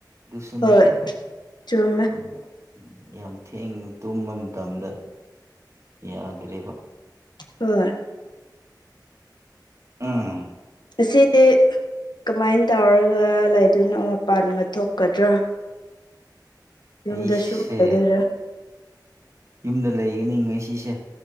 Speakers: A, on the right; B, on the left.
A: ꯁꯨꯅꯠꯇ
B: ꯍꯣꯏ ꯆꯨꯝꯃꯦ
A: ꯎꯝ ꯌꯥꯝ ꯊꯦꯡꯅ ꯇꯨꯝꯕ ꯃꯇꯝꯗ ꯌꯥꯗ꯭ꯔꯦꯕ
B: ꯍꯣꯏ
A: ꯑꯥ
B: ꯑꯁꯤꯗꯤ ꯀꯃꯥꯏꯅ ꯇꯧꯔꯒ ꯂꯩꯗꯨꯣꯏꯅꯣ ꯃꯄꯥꯟꯒ ꯊꯣꯛꯀꯗ꯭ꯔꯥ ꯌꯨꯝꯗꯁꯨ
A: ꯑꯩꯁꯦ
B: ꯑꯣꯏꯗꯣꯏꯔꯥ
A: ꯌꯨꯝꯗ ꯂꯩꯒꯅꯤ ꯉ ꯁꯤꯁꯦ